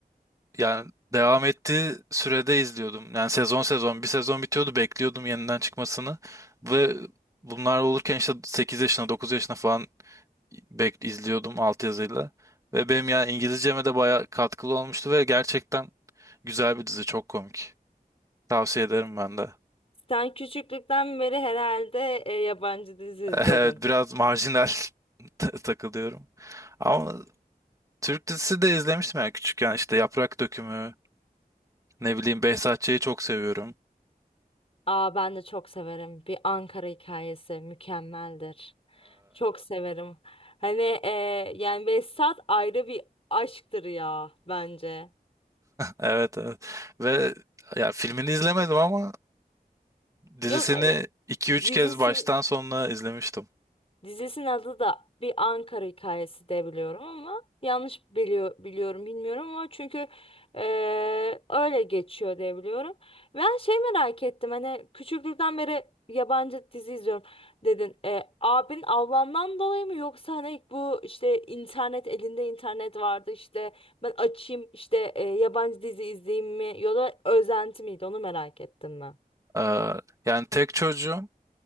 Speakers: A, on the right; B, on the left.
A: yani devam ettiği sürede izliyordum. Yani sezon sezon bir sezon bitiyordu bekliyordum yeniden çıkmasını ve bunlar olurken işte 8 yaşına 9 yaşına falan bek izliyordum altyazıyla. Ve benim ya İngilizceme de bayağı katkılı olmuştu ve gerçekten güzel bir dizi çok komik. Tavsiye ederim ben de.
B: Sen küçüklükten beri herhalde e, yabancı dizi
A: <laughs>
B: izledin.
A: Evet biraz marjinal <laughs> ta- takılıyorum. Ama Türk dizisi de izlemiştim yani küçükken işte Yaprak Dökümü ne bileyim Behzat Ç'yi çok seviyorum.
B: Aa ben de çok severim. Bir Ankara hikayesi mükemmeldir. Çok severim. Hani e, yani Behzat ayrı bir aşktır ya bence.
A: Evet evet. Ve ya filmini izlemedim ama dizisini
B: Yok e,
A: iki
B: dizisi
A: üç kez baştan sonuna izlemiştim.
B: Dizisinin adı da bir Ankara hikayesi de biliyorum ama yanlış biliyor biliyorum bilmiyorum ama çünkü eee, öyle geçiyor diye biliyorum. Ben şey merak ettim hani küçüklükten beri yabancı dizi izliyorum dedin. E, abin ablamdan dolayı mı yoksa hani bu işte internet elinde internet vardı işte ben açayım işte e, yabancı dizi izleyeyim mi ya da özenti miydi onu merak ettim ben.
A: Ee, yani tek çocuğum.